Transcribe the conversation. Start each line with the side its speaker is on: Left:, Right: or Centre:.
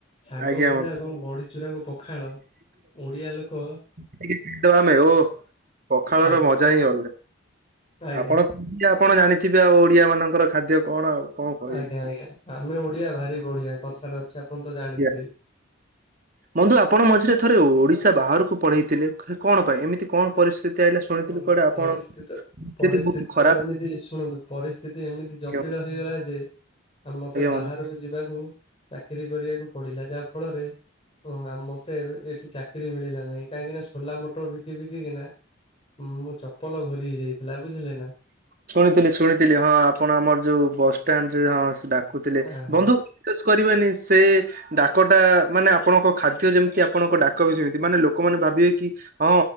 Left: ସାଗ
Right: ଆଜ୍ଞା
Left: ଭଜା
Right: ବନ୍ଧୁ
Left: ଏବଂ ବଢିଚୂୁରାକୁ ପଖାଳ ଓଡିଆ ଲୋକ
Right: <unintelligible> ଲେ ଓ ପଖାଳର
Left: ଆଜ୍ଞା
Right: ମଜ ଜାଣିପାରିଲେ
Left: ଆଜ୍ଞା
Right: ଆପଣ ଆପଣ ଜାଣିଥିବେ ଆଉ ଓଡିଆ ମାନଙ୍କର ଖାଦ୍ୟ କଣ ଆଉ? କଣ କହିବି।
Left: ଆଜ୍ଞା ଆଜ୍ଞା ଆମେ ଓଡିଆ ଭାରି ବଢିଆ କଥାରେ ଅଛି ଆପଣ ତ ଜାଣିଥିବେ।
Right: ୟା- ବନ୍ଧୁ ଆପଣ ମଝିରେ ଥରେ ଓଡ଼ିଶା ବାହାରକୁ ପଳଇଥିଲେ କଣ ପାଇଁ ଏମିତି କଣ? ପରିସ୍ଥିତି ଆଇଲା ଶୁଣିଥିଲି
Left: ହୁଁ
Right: କୁଆଡେ ଆପଣ
Left: ପରିସ୍ଥିତି
Right: ସ୍ଥିତି
Left: ପରିସ୍ଥିତି
Right: ବହୁତ ଖରାପ
Left: ତ ଏମିତି ଶୁଣନ୍ତୁ ପରି ସ୍ଥିତି ଏମିତି ଜଟିଳ
Right: ଆଜ୍ଞା
Left: ହେଇଗଲା ଯେ ଆ ମତେ ବାହାରକୁ
Right: ବନ୍ଧୁ।
Left: ଯିବାକୁ ଚାକିରି କରିବାକୁ ପଡିଲା ଯାହା ଫଳରେ ଓହ ଆଉ ମତେ ଏଠି ଚାକିରି ମିଳିଲା ନାହିଁ କାହିଁକି ନା ସୋଲା ମୋଟର ବିକି ବିକିକିନା ହୁଁ ମୁ ଚପଲ ଘୋରି ହେଇଯାଇଥିଲା ବୁଝିଲେ ନା
Right: ଶୁଣିଥିଲି ଶୁଣିଥିଲି ହଁ ଆପଣ ଆମର ଯୋଉ ବସଷ୍ଟାଣ୍ଡରେ ହଁ ସେ ଡାକୁଥିଲେ
Left: ଆହା
Right: ବନ୍ଧୁ ପେସ୍ କରିବାନି ସେ ଡାକଟା ମାନେ ଆପଣଙ୍କ ଖାଦ୍ୟ ଯେମିତି ଆପଣଙ୍କ ଡାକ ବି ସେମିତି ମାନେ ଲୋକମାନେ ଭାବିବେ କି ହଁ